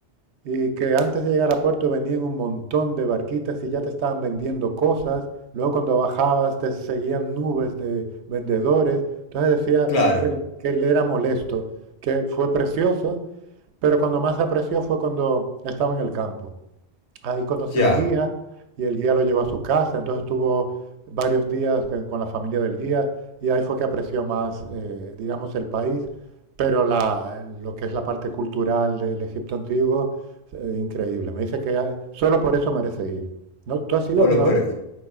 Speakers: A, on the right; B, on the left.
A: y que antes de llegar a puerto venían un montón de barquitas y ya te estaban vendiendo cosas. Luego cuando bajabas te seguían nubes de vendedores. Entonces decía
B: claro.
A: que, él- que él era molesto, que fue precioso, pero cuando más apreció fue cuando estaba en el campo. Ahí conoció
B: Ya.
A: un guía y el guía lo llevó a su casa, entonces estuvo varios días que- con la familia del guía y ahí fue que apreció más, eh, digamos, el país, pero la, lo que es la parte cultural del Egipto antiguo, eh, increíble. Me dice que ah, solo por eso merece ir. ¿No? ¿Tú has ido
B: Polo,
A: alguna
B: Polo.
A: vez?